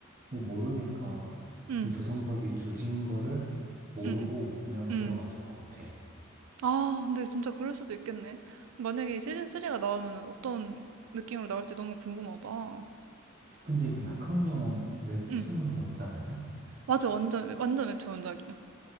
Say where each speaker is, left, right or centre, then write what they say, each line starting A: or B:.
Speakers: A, on the right (about 45°); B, on the right (about 80°).
A: 뭐 모르니까
B: 음,
A: 이 조성석이 죽인 거를 모르고
B: 음, 음,
A: 그냥
B: 음.
A: 들어갔을 것 같아.
B: 아 근데 진짜 그럴 수도 있겠네. 만약에 시즌 3가 나오면은 어떤 느낌으로 나올지 너무 궁금하다.
A: 근데 이거 약학령은 웹툰
B: 응,
A: 원작 아니야?
B: 맞아. 완전 완전 웹툰 원작이야.